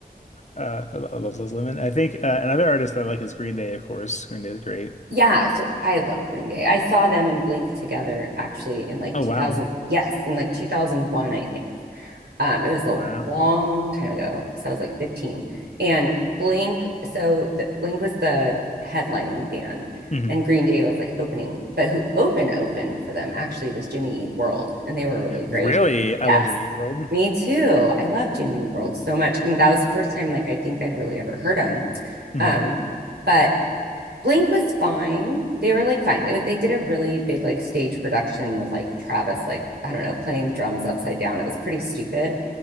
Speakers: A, on the left (about 45°); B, on the right (about 80°).
A: Uh, I lo- I love Liz Lemon. I think uh, another artist that I like is Green Day, of course. Green Day is great.
B: yeah so i love green day i saw them and blink together actually in like
A: Oh
B: 2000
A: wow.
B: yes in like 2001 i think Um, it was
A: Wow.
B: a long time ago because I was like 15. And Blink, so the, Blink was the headlining band,
A: hmm
B: and Green Day was like opening. But who open opened for them actually was Jimmy Eat World, and they were really great.
A: Really? I
B: Yes,
A: love To Meet World.
B: me too. I love Jimmy Eat World so much, and that was the first time like I think I'd really ever heard him.
A: hmm
B: Um, but Blink was fine. They were like fine. It they did a really big like stage production with like Travis, like I don't know, playing drums upside down. It was pretty stupid.